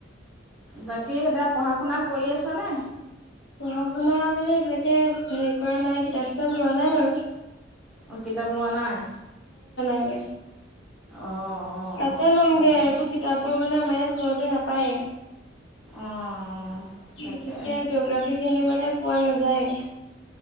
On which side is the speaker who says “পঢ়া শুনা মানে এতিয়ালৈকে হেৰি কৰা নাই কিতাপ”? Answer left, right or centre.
Left